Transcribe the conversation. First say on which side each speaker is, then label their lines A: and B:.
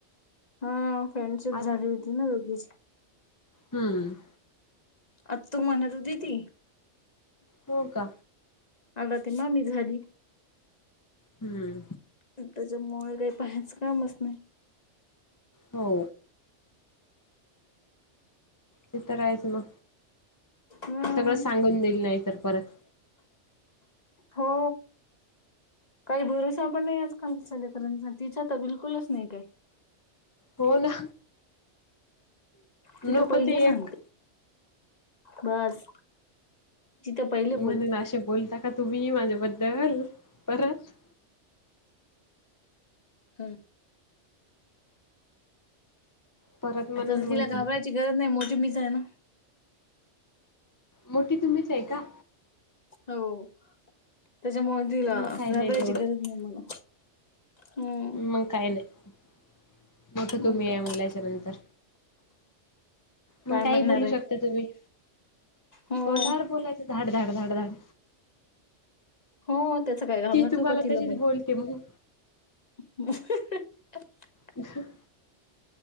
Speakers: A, on the left; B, on the left.
A: हा फ्रेंडशिप
B: आज
A: झाली होती ना दोघीची
B: हम्म
A: आत्तू म्हणत होती ती
B: हो का
A: आता ती मामी झाली
B: हम्म
A: त्याच्यामुळे काही पाहायचं कामच नाही
B: हो ते तर हायचं ना
A: हम्म
B: सगळ सांगून दिली नाही तर परत
A: हो काही भरोसा पण नाही आजकालच्या लेकरांचा तिचा तर बिलकुलच नाही काय
B: हो ना.
A: तिथं
B: नको
A: पहिले
B: ते
A: सांगते
B: एक
A: बस तिथं पहिले
B: म्हणून
A: बोलते
B: असे बोलता का तुम्ही माझ्याबद्दल परत
A: हम
B: परत म्हणून
A: आता तर
B: मग
A: तिला घाबरायची
B: ती
A: गरज नाही मोठी मीच आहे ना
B: मोठी तुम्हीच आहे का?
A: हो त्याच्यामुळं तिला
B: मग काय
A: घाबरायची
B: नाही तेवढं
A: गरज नाही मला हम्म
B: मग काय नाही मोठं तुम्ही
A: मग काय
B: आहे म्हणल्याच्या नंतर मग
A: काय
B: काही
A: म्हणणार
B: बोलू
A: आहे
B: शकता तुम्ही
A: हो
B: तोंडावर बोलायच धाड धाड धाड धाड
A: हो त्याच काय घाबरतो
B: ती तुम्हाला
A: का तिला
B: तशी बोलते मग
A: <unintelligible>
B: ह <unintelligible>